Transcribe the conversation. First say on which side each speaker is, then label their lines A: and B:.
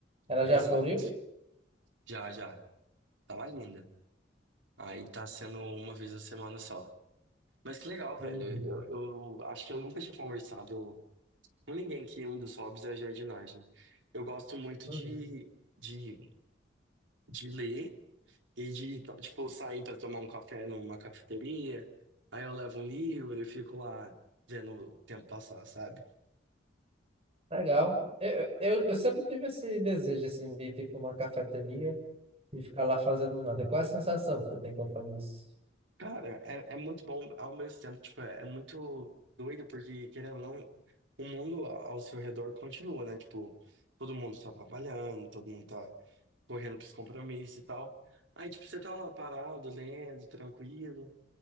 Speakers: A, on the right; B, on the right.
A: Ela
B: Exato.
A: já floriu?
B: Já, já. Tava linda. Aí tá sendo uma vez na semana só. Mas que legal, velho.
A: Uhum.
B: Eu, eu acho que eu nunca tinha conversado com ninguém que um dos hobbies é a jardinagem. Eu gosto muito
A: Uhum.
B: de, de, de ler e de, to- tipo, sair para tomar um café numa cafeteria. Aí eu levo um livro e fico lá vendo o tempo passar, sabe?
A: Legal. Eu, eu, eu sempre tive esse desejo, assim, de ir, tipo, uma cafeteria e ficar lá fazendo nada. Qual é a sensação que você tem quando faz isso?
B: Cara, é, é muito bom ao mesmo tempo, tipo, é, é muito doido porque, querendo ou não, o mundo ao seu redor continua, né? Tipo, todo mundo tá trabalhando, todo mundo tá correndo pros compromissos e tal. Aí, tipo, você tá lá parado, lendo, tranquilo.